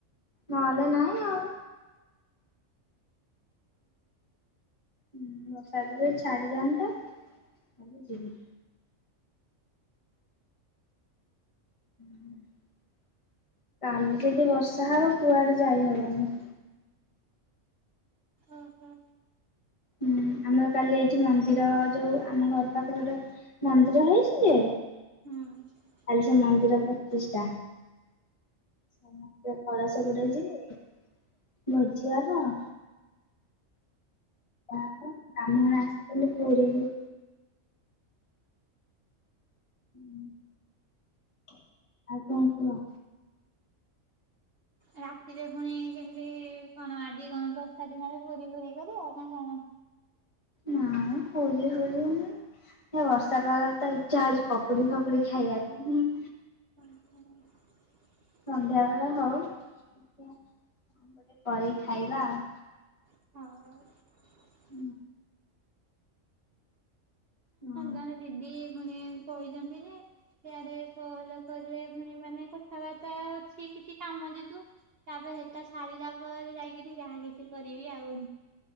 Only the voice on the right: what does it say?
ଓହୋ
ହଁ।
ରାତିରେ ଫୁଣି କେମିତି କଣ ଆଜି କଣ ବର୍ଷା ଦିନରେ ପୁରୀ ଫୁରୀ କରିବ ଆଉ <unintelligible>
<unintelligible>
ହଉ।
ଜଣେ ଦିଦି ଫୁଣି କହିଛନ୍ତି ଯେ ସିଆଡେ କଲ କଲେ ପୁଣି ମାନେ କଥାବାର୍ତ୍ତା ଅଛି କିଛି କାମ ଯୋଗୁ ତାପରେ ସେଟା ସାରିଲା ପରେ ଯାଇକିନି ଯାହା କିଛି କରିବି ଆଉ।